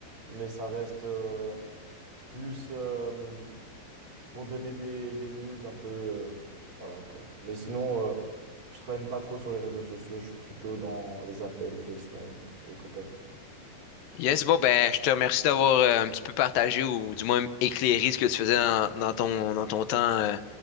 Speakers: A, on the right; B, on the left.
A: mais ça reste euh, plus euh, pour donner des, des news un peu. euh, voilà, quoi. Mais sinon, euh, je traîne pas trop sur les réseaux sociaux, je suis plutôt dans les appels, FaceTime et compagnie.
B: Yes, bon, ben, je te remercie d'avoir euh, un petit peu partagé ou du moins éclairé ce que tu faisais dans, dans ton, dans ton temps, euh,